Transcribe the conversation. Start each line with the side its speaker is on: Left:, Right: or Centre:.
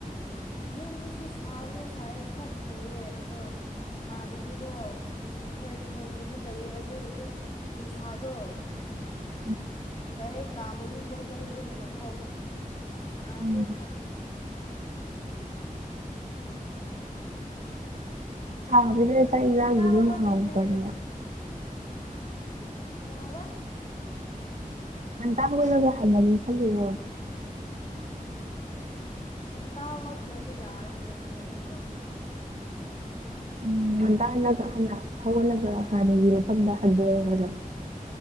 Left: ꯌꯨꯝꯗꯁꯨ ꯁꯥꯕꯗꯤ ꯁꯥꯏꯌꯦ ꯈꯔ ꯐꯩꯌꯦ ꯑꯗꯣ ꯑꯥꯗꯗꯤꯀꯣ ꯎ ꯍꯣꯏ ꯐꯦꯟꯕꯨꯗꯤ ꯂꯩꯌꯦ ꯑꯗꯨ ꯑꯣꯏꯔꯁꯨ ꯅꯨꯡꯁꯥꯗꯣ
Right: <unintelligible>
Left: ꯗꯥꯏꯔꯦꯛ ꯀꯥ ꯃꯅꯨꯡꯗ ꯌꯩꯕꯅꯤꯅꯀꯣ ꯁꯥꯏꯌꯦ
Right: ꯎꯝ
Left: ꯌꯥꯝꯅ
Right: ꯁꯕꯤꯗ ꯆꯥꯏꯅ
Left: ꯉꯟꯇꯥ
Right: ꯍꯅ
Left: ꯍꯧꯒꯠꯇꯣꯏꯅꯦ
Right: ꯍꯥꯗ ꯌꯥ
Left: ꯀꯥꯕ
Right: ꯃꯟꯇꯥꯡ ꯂꯣꯏꯔꯒ ꯍꯥꯏꯅꯒꯦ ꯈꯜꯂꯤꯔꯣ
Left: ꯂꯣꯟꯇꯥ ꯋꯥꯠꯄ꯭ꯔꯗꯤ ꯌꯥꯔꯔꯣꯏꯌꯦꯦ ꯑꯩꯗꯣ
Right: ꯎꯝ ꯉꯟꯇꯍꯜꯂꯒ ꯍ ꯍꯧꯥꯎꯍꯜꯂꯒ ꯍꯥꯟꯅꯒꯤ ꯃꯐꯝꯗ ꯍꯟꯗꯦ ꯍꯥꯏꯕ